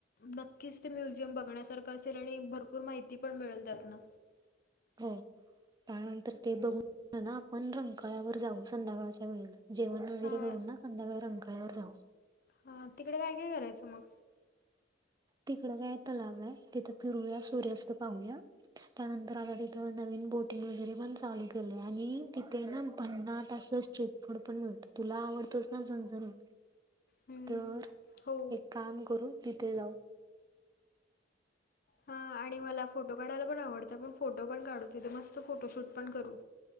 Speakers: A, on the left; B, on the right.
A: नक्कीच ते म्युझियम बघण्यासारखं असेल आणि भरपूर माहिती पण मिळल त्यातन.
B: हो. त्यानंतर ते बघून ना, आपण रंकाळयावर जाऊ संध्याकाळच्या वेळेला. जेवण वगैरे
A: हां
B: करून ना, संध्याकाळी रंकाळयावर जाऊ.
A: हा, तिकडे काय-काय करायचं मग.
B: तिकडं काय तलाव आहे. तिथं फिरूया सूर्यास्त पाहूया. त्यानंतर आता तिथं नवीन बोटिंग वगैरे पण चालू केलंय, आणि तिथे ना भन्नाट असं चिटफोड पण मिळतं. तुला आवडतोस ना, झणझणीत
A: हम्म.
B: तर
A: हो
B: एक काम करून तिथे जाऊ.
A: हा आणि मला फोटो काढायला पण आवडतं. पण फोटो पण काढू तिथे. मस्त फोटोशूट पण करू.